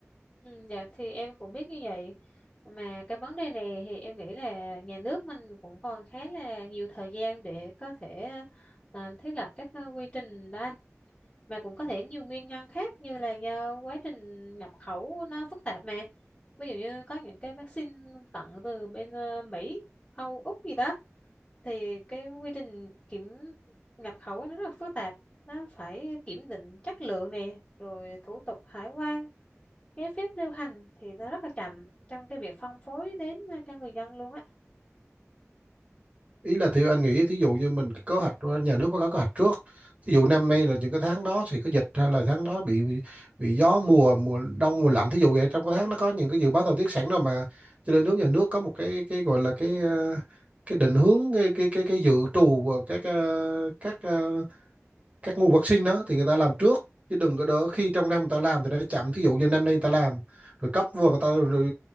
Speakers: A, on the left; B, on the right.
A: ừ, dạ thì em cũng biết như vậy mà cái vấn đề này thì em nghĩ là nhà nước mình cũng còn khá là nhiều thời gian để có thể à, thiết lập các à, quy trình đó anh mà cũng có thể nhiều nguyên nhân khác như là do quá trình nhập khẩu nó phức tạp mà ví dụ như có những cái vaccine tận từ bên à, Mỹ Âu Úc gì đó thì cái quy trình kiểm nhập khẩu ấy nó rất là phức tạp nó phải kiểm định chất lượng nè rồi thủ tục hải quan giấy phép lưu hành thì nó rất là chậm trong cái việc phân phối đến cho người dân luôn á
B: ý là thì anh nghĩ thí dụ như mình có kế hoạch nhà nước có có hoạch trước thí dụ năm nay là những cái tháng đó thì có dịch hay là tháng đó bị bị, bị gió mùa mùa đông mùa lạnh thí dụ vậy trong cái tháng nó có những cái dự báo thời tiết sẵn rồi mà cho nên nước nhà nước có một cái cái gọi là cái ờ, cái định hướng cái cái cái, cái dự trù và các ờ, các ờ, các nguồn vật sinh đó thì người ta làm trước chứ đừng có đỡ khi trong năm người ta làm thì nó chậm thí dụ như năm nay người ta làm rồi cấp vừa người ta rồi,